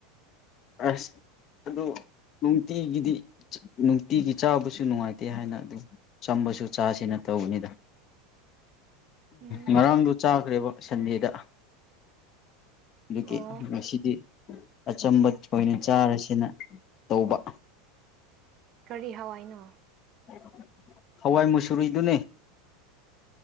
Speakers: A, on the left; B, on the right.
A: ꯑꯁ ꯑꯗꯨ ꯅꯨꯡꯇꯤꯒꯤꯗꯤ ꯅꯨꯡꯇꯤꯒꯤ ꯆꯥꯕꯁꯨ ꯅꯨꯡꯉꯥꯏꯇꯦ ꯍꯥꯏꯅ ꯑꯗꯨꯝ ꯑꯆꯝꯕꯁꯨ ꯆꯥꯁꯦꯅ ꯇꯧꯕꯅꯤꯗ
B: ꯎꯝ
A: ꯉꯔꯥꯡꯗꯣ ꯆꯥꯈ꯭ꯔꯦꯕ ꯁꯟꯗꯦꯗ ꯑꯗꯨꯒꯤ
B: ꯑꯣ
A: ꯉꯁꯤꯗꯤ ꯑꯆꯝꯕ ꯊꯣꯏꯅ ꯆꯥꯔꯁꯦꯅ ꯇꯧꯕ
B: ꯀꯔꯤ ꯍꯋꯥꯏꯅꯣ
A: <unintelligible> ꯍꯋꯥꯏ ꯃꯨꯁꯨꯔꯤꯗꯨꯅꯦ